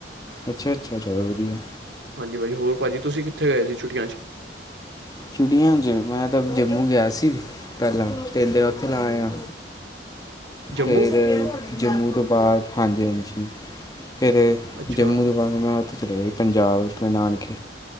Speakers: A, on the left (about 20°); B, on the right (about 85°).
A: ਅੱਛਾ ਅੱਛਾ ਚਲੋ ਵਧੀਆ
B: ਹਾਂਜੀ ਭਾਜੀ ਹੋਰ ਭਾਜੀ ਤੁਸੀਂ ਕਿੱਥੇ ਗਏ ਸੀ? ਛੁੱਟੀਆਂ ਚ।
A: ਛੁਟੀਆਂ ਚ ਮੈਂ ਤਾਂ ਜੰਮੂ ਗਿਆ ਸੀ ਪਹਿਲਾਂ ਥਲਾ ਆਇਆ
B: ਜੰਮੂ
A: ਫਿਰ ਜੰਮੂ ਤੋਂ ਬਾਅਦ ਹਾਂਜੀ-ਹਾਂਜੀ ਫਿਰ
B: ਅੱਛਾ
A: ਜੰਮੂ ਦੇ ਬਾਦ ਮੈਂ ਉੱਥੇ ਚਲੇ ਗਿਆ ਪੰਜਾਬ ਜਿੱਥੇ ਨਾਨਕੇ